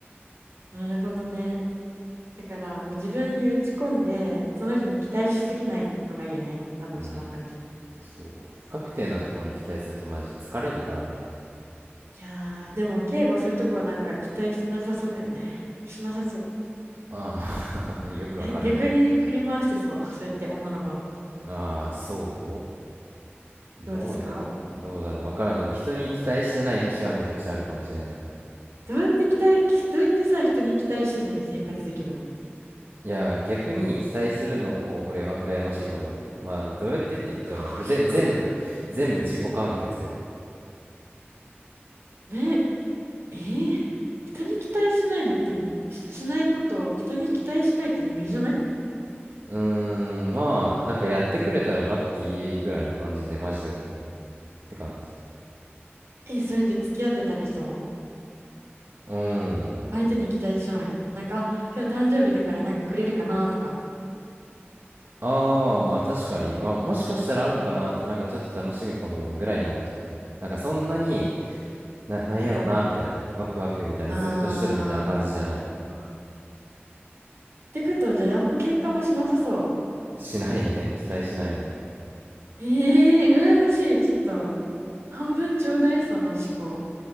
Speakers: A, on the right (about 75°); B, on the right (about 60°).
A: なるほどね。だから、もう自分に打ち込んで、その人に期待しすぎないのがいいよね。多分その感じ。
B: うん、そう。不確定なところに期待するとマジ疲れるからね。
A: いやー、でも、敬語そういうとこはなんか期待してなさそうだよね。しなさそう。
B: ああ <laughs> よくわかるね。
A: <laughs> 逆に振り回してそう。そうやって女の子のこと。
B: ああ、そうどうだろう。
A: どうですか
B: どうだろう。わからん。でも人に期待してない節はめちゃくちゃあるかもしれない。
A: どうやって期待、どうやってさ、人に期待しずに生活できるの
B: いや、逆に期待するのを俺は羨ましいと思うよ。まあ、どうやってって言ったら、
A: こういうこと。
B: ぜ、全部、全部自己完結
A: ね。えー、人に期待しないのってむ、ししないこと、を人に期待しないって無理じゃない
B: うーん、まあ、なんかやってくれたらラッキーぐらいな感じで、マジで思うって感じ。
A: え、それって付き合ってたりしても
B: うーん。
A: 相手に期待しないのなんか、あ、今日誕生日だからなんかくれるかなとか。
B: ああ、まあ確かに、まあもしかしたらあるんかなって、なんかちょっと楽しみかもぐらいには思ったかも。なんかそんなに、な、なんやろな、
A: なんか、
B: みたいな、ワクワクみたいな、
A: あ
B: ずっとしとるみたいな感じじゃない。
A: ーてことは、じゃあ、あんま喧嘩もしなさそ
B: しないね、<laughs> 期待しないもん。
A: う。ええー、羨ましい。ちょっと、半分ちょうだい、その思考。